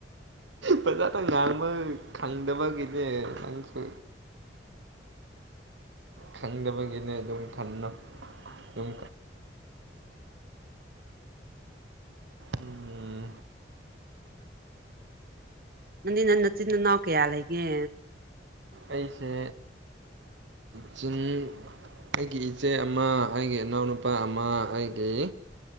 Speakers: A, on the right; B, on the right.
A: ꯐꯖꯥ ꯊ ꯉꯥꯡꯕ ꯈꯪꯗꯕ ꯀꯩꯂꯦ ꯅꯪꯁꯨ ꯈꯪꯗꯕꯒꯤꯅꯦ ꯑꯗꯨꯝ ꯈꯟꯅꯣ ꯑꯗꯨꯝ ꯎꯝ
B: ꯅꯪꯅꯤ ꯅ ꯅꯆꯤꯟꯅꯥꯎ ꯀꯌꯥ ꯂꯩꯒꯦ
A: ꯑꯩꯁꯦ ꯆꯤꯡ ꯑꯩꯒꯤ ꯏꯆꯦ ꯑꯃ ꯑꯩꯒꯤ ꯏꯅꯥꯎꯅꯨꯄꯥ ꯑꯃ ꯑꯩꯒꯤ